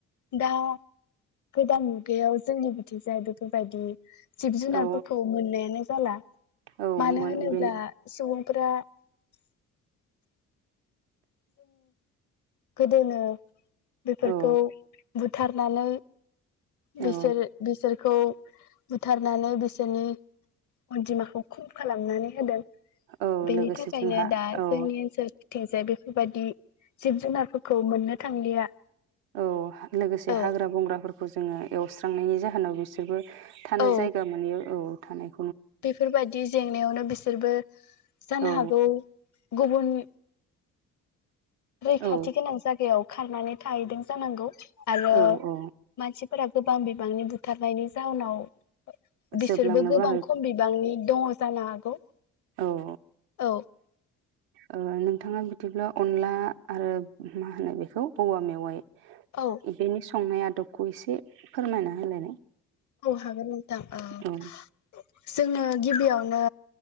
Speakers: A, on the left (about 55°); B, on the right (about 80°).
A: दा गोदान मुगायाव जोंनि बिथिं जाय बेफोरबायदि। जिब जुनारफोरखौ
B: औ
A: मोननायानो जाला।
B: औ
A: मानो
B: मोन
A: होनोब्ला
B: बेनि
A: सुबुं <unintelligible> गोदोनो बेफोरखौ
B: औ
A: बुथारनानै बिसोर
B: औ
A: बिसोर खौ बुथारनानै बिसोरनि अनजिमाखौ खम खालामनानै होदों।
B: औ
A: बेनि
B: लोगोसे
A: थाखायनो
B: जोंहा
A: दा
B: औ
A: जोंनि ओनसोल थिंगजाय बेफोर बेफोरबायदि। जिब जुनारफोरखौ मोननो थांलिया।
B: औ लोगोसे
A: औ
B: हाग्रा बंग्राफोरखौ जोङो एवस्रांनायनि जाहोनाव बिसोरबो थानो
A: औ
B: जायगा मोनैयाव औ थानाय
A: बेफोरबायदि जेंनायावनो बिसोर बेफोर। जानो
B: औ
A: हागौ। गुबुन। रैखाथि
B: औ
A: गोनां जागायाव खारनानै थाहैदों जानांगौ आरो
B: औ औ
A: मानसिफोरा गोबां बिबांनि बुथ बुथारनायनि जाहुनाव
B: जोबलांनोबो
A: बिसोरबो गोबां खम बिबांनि दङ जानो हागौ
B: औऔ
A: औ
B: ओ नों थाङा बिदिब्ला अनला आरो मा होनो बेखौ औवा मेवाय
A: औ
B: बेनि संनाया दपखौ एसे फोरमायना होलायनाय
A: औ हागोन नोंथां ओ
B: औ
A: जोंनो गिबियाव नो